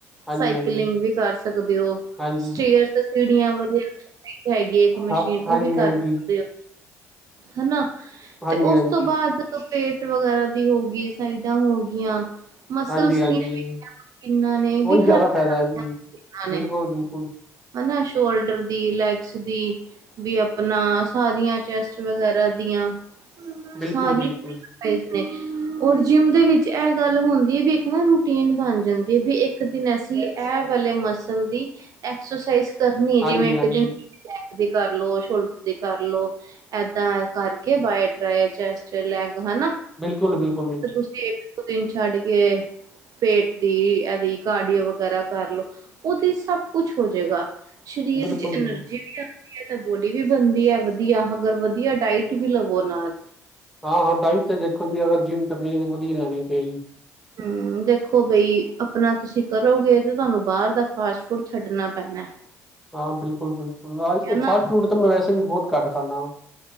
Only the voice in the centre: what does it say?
ਹਾਂਜੀ
ਹਾਂਜੀ
ਹਾਂਜੀ
ਹਾਂ
ਹਾਂਜੀ
ਹਾਂਜੀ
ਹਾਂਜੀ
ਹਾਂਜੀ
ਹਾਂਜੀ ਹਾਂਜੀ
ਉਹੀ
ਜ਼ਿਆਦਾ
ਫਾਇਦਾ
ਹੈ ਜੀ
ਬਿਲਕੁਲ
ਬਿਲਕੁਲ
ਬਿਲਕੁਲ
ਬਿਲਕੁਲ
ਹਾਂਜੀ
ਹਾਂਜੀ
ਬਿਲਕੁਲ -ਬਿਲਕੁਲ -
ਬਿਲਕੁਲ
ਜੀ
ਹਾਂ -ਹਾਂ ਡਾਈਟ ਤੇ ਦੇਖੋ ਬੀ ਅਗਰ ਜਿੰਮ ਕਰਨੀ ਏ ਤੇ ਵਧੀਯਾ ਲੈਣੀ ਪਏਗੀ।
ਹਾਂ ਬਿਲਕੁਲ- ਬਿਲਕੁਲ ਆ
ਫਾਸਟ ਫੂਡ ਤੇ ਮੈਂ ਵੈਸੇ ਵੀ ਬੋਤ ਘੱਟ ਖਾਂਦਾ ਵਾਂ